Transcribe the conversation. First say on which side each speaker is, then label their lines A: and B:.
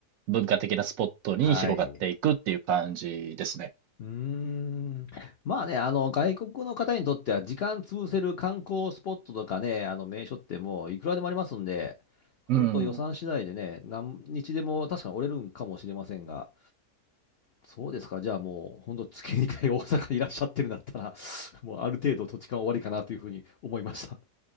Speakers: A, on the right (about 70°); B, on the left (about 75°).
A: 文化的なスポットに広がっていくっていう感じですね。
B: はい。うーん。<laughs> まあね、あの、外国の方にとっては時間潰せる観光スポットとかね、あの名所ってもういくらでもありますんで、本当予算次第でね、
A: うん。
B: 何日でも確かに折れるんかもしれませんが、そうですか、じゃあもう本当月2回大阪にいらっしゃってるんだったら、<laughs> もうある程度土地勘終わりかなというふうに思いました。